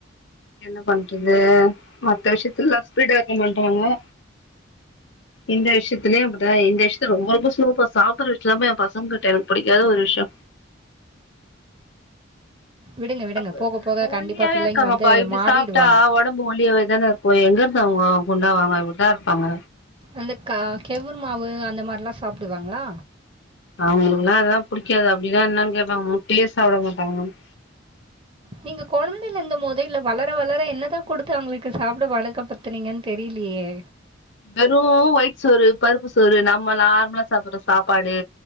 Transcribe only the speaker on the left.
என்ன பண்றது மத்த விஷயத்துல லா ஸ்பீடா இருக்க மாட்டோம்ல இந்த விஷயத்துலே அப்டிதா இந்த விஷயத்துல ரொம்ப ரொம்ப ஸ்லோபா சாப்டற விஷயதுலதாம்பா எ பசங்கள் ட எனக் புடிக்காத ஒரு விஷ்யோ
அப்ப
ஒல்லியாவே
இருக்காங்கப்பா
இப்டி
சாப்ட்டா ஒட் ஒடம்பு ஒல்லியாவே தான இருக்கு எங்கருந்து அவுங்க குண்டாவாங்க இப்டிதாருப்பாங்க
அவுங்குளுக்குலா இதலா புடிக்காது அப்டினா என்னான்னு கேப்பாங்க முட்டையே சாப்ட மாட்டாங்க மம்
வெறு ஒயிட் சோறு பருப்பு சோறு நாம நார்மலா சாப்ட்ற சாப்பாடு